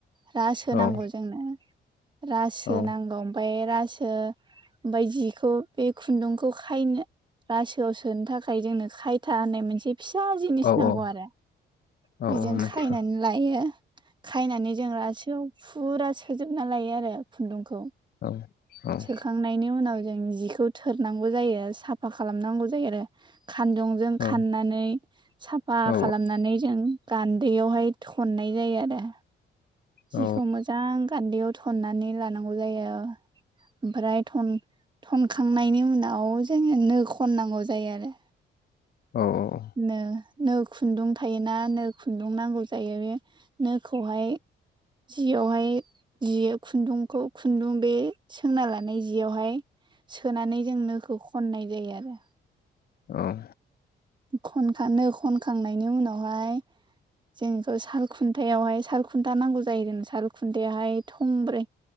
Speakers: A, on the right; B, on the left.
A: रासो नांगौ
B: औ
A: जोंनो रासो
B: औ
A: नांगौ ओमफाय रासो ओमफाय जिखौ बे खुन्दुंखौ खायनो रासोआव सोनो थाखाय जोंनो खायथा होननाय मोनसे फिसा जिनिस
B: औ
A: नांगौआरो
B: औ औ
A: बेजों
B: औ मिथिगौ
A: खायनानै लायो खायनानै जों रासोआव फुरा सोजोबना लायोआरो खुन्दुंखौ
B: औ औ
A: खांनायनि उनाव जों जिखौ थोरनांगौ जायो साफा खालामनांगौ जायो आरो खानजं जों
B: औ
A: खाननानै साफा
B: औ
A: खालामनानै जों गान्दैयावहाय थननाय जायोआरो जिखौ
B: औ
A: मोजां गान्दैयाव थननानै लानांगौ जायो ओमफ्राय थन-थनखांनायनि उनाव जोङो नो खननांगौ जायोआरो
B: औ औ औ
A: नो नो खुन्दुं थायोना नो खुन्दुं नांगौ जायो बे नोखौहाय जियावहाय जियो खुन्दुंखौ खुन्दुं बे सोंना लानाय जियावहाय सोनानै जों नोखौ खननाय जायो आरो
B: औ
A: खनखानो खनखांनायनि उनावहाय जों बेखौ साल खुन्थायावहाय साल खुन्था नांगौ जायो जोंनो साल खुन्थायाहाय थंब्रै